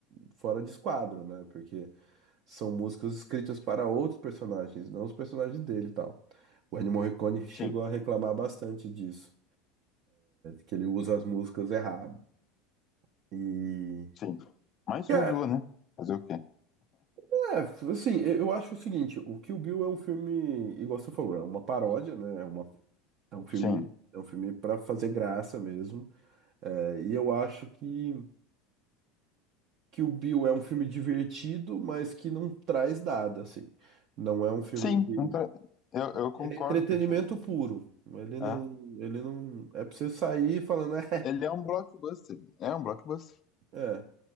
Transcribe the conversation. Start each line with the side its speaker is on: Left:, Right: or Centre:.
Right: fora de esquadro, né? Porque são músicas escritas para outros personagens, não os personagens dele e tal. O Ennio Morricone chegou
Left: sim,
Right: a reclamar bastante disso que ele usa as músicas errado. E.
Left: sim. Mas
Right: Cara,
Left: usou, né? Fazer o quê?
Right: é, assim, eu eu acho o seguinte, o Kill Bill é um filme, igual você falou, é uma paródia, né? É uma, é um filme,
Left: Sim.
Right: é um filme para fazer graça mesmo. É, e eu acho que Kill Bill é um filme divertido, mas que não traz nada, assim. Não é um filme
Left: Sim,
Right: que.
Left: não tra- eu, eu concordo
Right: Ele é entretenimento
Left: contigo.
Right: puro. Ele
Left: Ah,
Right: não. Ele não. É pra você sair falando. <laughs>
Left: ele é um blockbuster. É um blockbuster.
Right: É, é,